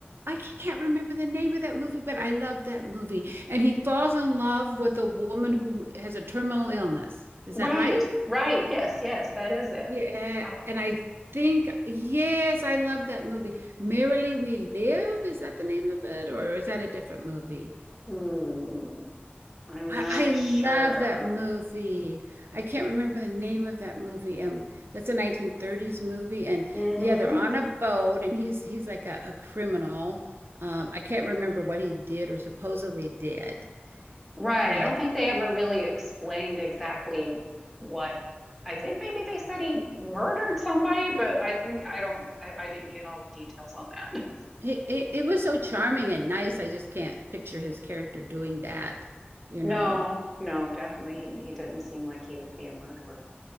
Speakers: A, on the right (about 70°); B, in the centre.
A: I can't remember the name of that movie, but I loved that movie. And he falls in love with a woman who has a terminal illness. Is
B: Right,
A: that right?
B: right. Yes, yes, that is it.
A: Yeah.
B: Oh,
A: And I think, yes, I love that movie. Merrily We Live, is that the name of it? Or is that a different movie?
B: hmm. I'm
A: I,
B: not
A: I love
B: sure.
A: that movie. I can't remember the name of that movie. Um, that's a 1930s movie, and
B: hmm
A: yeah, they're on a boat, and he's he's like a, a criminal. Um, I can't remember what he did or supposedly did,
B: Right.
A: and
B: I don't think they ever really explained exactly what. I think maybe they said he murdered somebody, but I think I don't. I, I didn't get all the details on that. <laughs>
A: it, it it was so charming and nice. I just can't picture his character doing that, you
B: No,
A: know.
B: no, definitely he he did not seem like he would be a murderer.